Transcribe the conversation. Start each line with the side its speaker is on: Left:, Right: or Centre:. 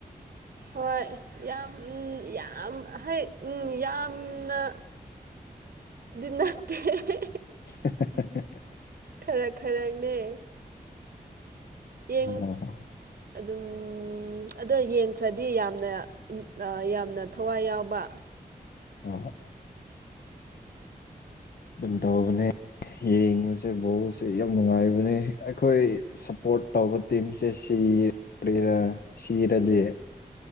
Right: ꯍꯣꯏ ꯌꯥꯝ ꯎꯝ ꯌꯥꯝ ꯍ ꯎꯝ ꯌꯥꯝꯅ ꯗꯤ ꯅꯠꯇꯦꯍꯦ
Left: <unintelligible>
Right: ꯈꯔ ꯈꯔꯅꯦ ꯌꯦꯡ
Left: ꯑꯣ
Right: ꯑꯗꯨꯝ ꯎꯝ ꯑꯗꯣ ꯌꯦꯡꯈ꯭ꯔꯗꯤ ꯌꯥꯝꯅ ꯌꯥꯝꯅ ꯊꯋꯥꯏ ꯌꯥꯎꯕ
Left: ꯑ
Right: <unintelligible>
Left: ꯑꯪ ꯇꯧꯕꯅꯦ ꯌꯦꯡꯕꯁꯦ ꯕꯣꯜ ꯁꯦ ꯌꯥꯝ ꯅꯨꯡꯉꯥꯏꯕꯅꯦ ꯑꯩꯈꯣꯏ ꯁꯞꯄꯣꯔꯠ ꯇꯧꯕ ꯇꯤꯝꯁꯦ ꯁꯤ ꯌꯦꯡꯗꯔꯤꯉꯩꯗ ꯁꯤꯔꯥꯗꯤ
Right: ꯁꯤ